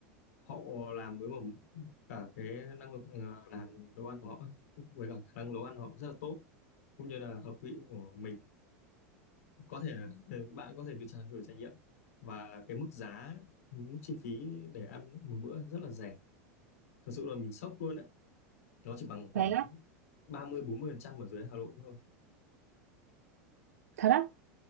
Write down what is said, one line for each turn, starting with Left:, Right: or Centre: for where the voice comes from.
Left: họ làm với mà cả cái năng lực ờ, làm đồ ăn của họ ấy, với cả khả năng nấu ăn của họ rất là tốt cũng như là hợp vị của mình có thể là <laughs> bạn có thể thử tra- thử trải nghiệm và cái mức giá mức chi phí để ăn một bữa rất là rẻ thật sự là mình sốc luôn đấy nó chỉ bằng khoảng
Right: vậy á
Left: ba mươi bốn mươi phần trăm ở dưới Hà Nội thôi
Right: thật á